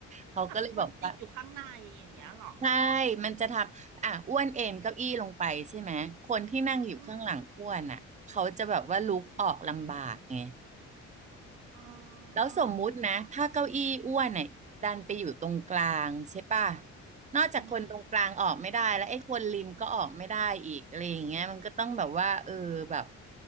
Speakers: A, on the right; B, on the right.
A: เขาก็เลยบอกว่า
B: แบบคนติดอยู่ข้างในอย่างเงี้ยเหรอ
A: ใช่มันจะทำอ่ะอ้วนเอนเก้าอี้ลงไปใช่ไหมคนที่นั่งอยู่ข้างหลังอ้วนอะเขาจะแบบว่าลุกออกลำบากไง
B: อืม อ๋อ
A: แล้วสมมุตินะถ้าเก้าอี้อ้วนเนี่ยดันไปอยู่ตรงกลางใช่ป่ะนอกจากคนตรงกลางออกไม่ได้แล้วไอ้คนริมก็ออกไม่ได้อีกอะไรอย่างเงี้ยมันก็ต้องแบบว่าเออแบบ
B: อือหือ